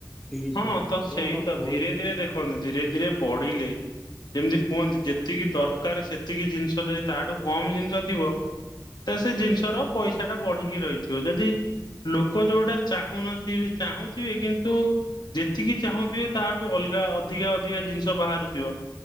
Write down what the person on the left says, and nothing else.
ହଁ
ତ! ସେଇ
ତ
ଧୀରେ ଧୀରେ ଦେଖନ୍ତୁ ଧୀରେ ଧୀରେ ବଢିଲେ, ଯେମିତି କୁହନ୍ତି ଯେତିକି ଦରକାର ସେତିକି ଜିନିଷ ଯଦି ତାଠୁ କମ ଜିନିଷ ଥିବ, ତ ସେ ଜିନିଷର ପଇସା ଟା ବଢିକି ରହିଥିବ। ଯଦି ଲୋକ ଯୋଉଟା ଚାହୁଁନଥିବେ, ଚାହୁଁଥିବେ କିନ୍ତୁ ଯେତିକି ଚାହୁଁଥିବେ ତାହାଠୁ ଅଲଗା ଅଧିକା ଅଧିକା ଜିନିଷ ବାହାରୁଥିବ।